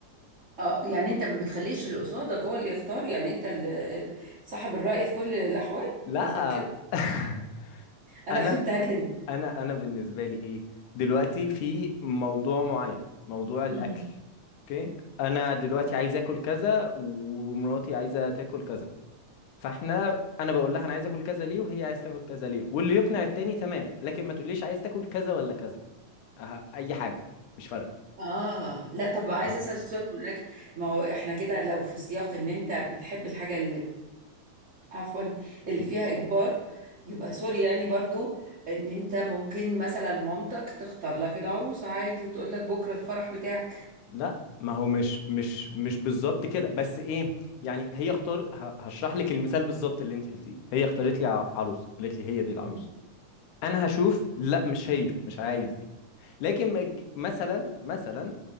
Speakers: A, on the right (about 35°); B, on the left (about 85°).
A: اه يعني انت ما بتخليش اللي قصادك هو اللي يختار يعني انت اللي صاحب الرأي في كل الأحوال
B: لا
A: قصدك كده
B: <laughs>
A: انا
B: انا
A: فهمتها كده
B: انا انا بالنسبه لي ايه دلوقتي في موضوع معين موضوع الاكل
A: مم.
B: اوكي انا دلوقتي عايز اكل كذا ومراتي عايزه تاكل كذا فاحنا انا بقول لها انا عايز اكل كذا ليه وهي عايز تاكل كذا ليه واللي يقنع التاني تمام لكن ما تقوليش عايز تاكل كذا ولا كذا أه اي حاجه مش فارقه
A: اه لا طب عايزه
B: فاهم
A: اسال
B: قصدي
A: سؤال من هناك ما هو احنا كده لو في سياق ان انت بتحب الحاجه اللي عفوا اللي
B: مم.
A: فيها اجبار يبقى سوري يعني برضو ان انت ممكن مثلا مامتك تختار لك العروسه عادي وتقول لك بكره الفرح بتاعك
B: لا ما هو مش مش مش بالظبط كده بس ايه يعني هي اختار ه- هشرح لك المثال بالظبط اللي انت قلتيه هي اختارت لي ع- عروسه قالت لي هي دي العروسه
A: مم.
B: انا هشوف لا مش هي مش عايز دي لكن ما تج- مثلا مثلا